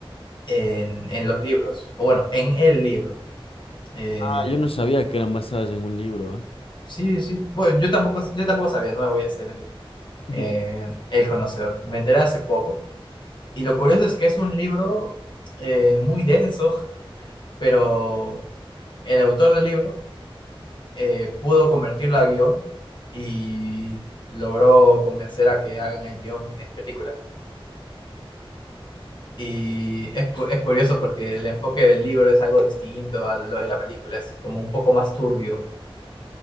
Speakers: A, on the left; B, on the left.
A: en, en los libros, o bueno, en el libro. Eh,
B: ah, yo no sabía que eran basadas en un libro, ¿ah?
A: sí, sí. Bueno, yo tampoco, yo tampoco sabía, no me voy a hacer el,
B: <laughs>
A: eh, el conocedor. Me enteré hace poco. Y lo curioso es que es un libro eh, muy denso, <laughs> pero el autor del libro eh, pudo convertirlo a guión y logró convencer a que hagan el guión en película. Y es, cu- es curioso porque el enfoque del libro es algo distinto a lo de la película, es como un poco más turbio.